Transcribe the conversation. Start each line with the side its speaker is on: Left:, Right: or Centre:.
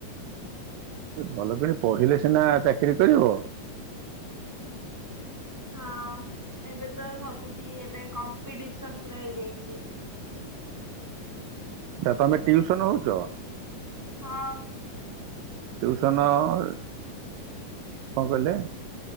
Right: ଭଲ କିନି ପଢିଲେ ସିନା ଚାକିରି କରିବ।
Centre: ହଁ ଏବେ ତ ସବୁଠି ଏବେ କମ୍ପିଟିସନ ପୁରା ହେଇଯାଇଛି।
Right: ଆଛା ତମେ ଟିଉସନ ହଉଛ?
Centre: ହଁ।
Right: ଟିଉସନ କଣ କହିଲେ?